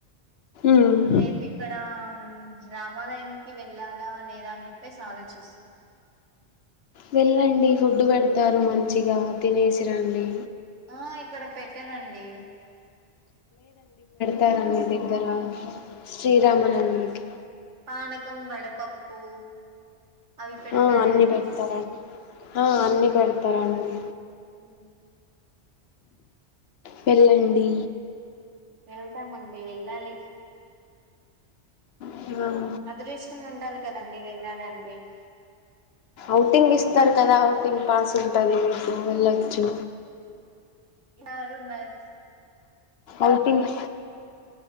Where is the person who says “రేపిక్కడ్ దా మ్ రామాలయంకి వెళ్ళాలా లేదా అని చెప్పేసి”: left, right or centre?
Right